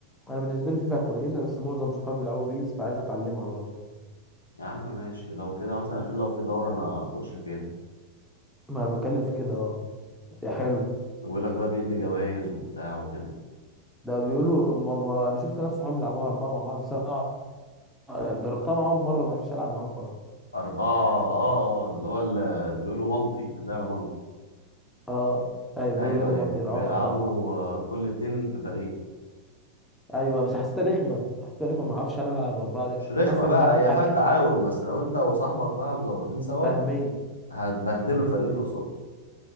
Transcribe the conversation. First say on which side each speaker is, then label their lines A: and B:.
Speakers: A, in the centre; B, on the left.
A: انا بالنسبه لي فيفا كويسه بس معظم صحابي بيلعبوا بيس فعايز اتعلمها برضه
B: يا عم ماشي لو كده مثلا عشان لو في دورة انا اخش فيها
A: ما بتكلم في كده اه يا حلو
B: بيقول لك بقى بيدي جوائز وبتاع وكده
A: ده بيقولوا ما ما- انا شفت ناس صحابي بيلعبوها اربعه مع بعض سبعه آه، جربتها معاهم مره ما عرفتش العب معاهم خالص
B: أربعة اه اه اللي هو اللي بيقولوا مالتي لعبة
A: اه ايوه بيقولوا
B: ايوه
A: اللعبه
B: ايوه
A: مالتي
B: بيلعبوا
A: يلعبوا اربعه مع بعض
B: آه، كل اتنين في فريق
A: ايوه بس حسيتها رخمه حسيتها رخمه ما اعرفش انا العب اربعه
B: مش
A: ده
B: رخمه
A: حاسس ان
B: بقى
A: انا مش عارف اتحكم
B: هي فيها التعاون بس لو انت وصاحبك بقى مظبطين سوا
A: فاهميه
B: هتبهدلوا الفريق اللي قصادكم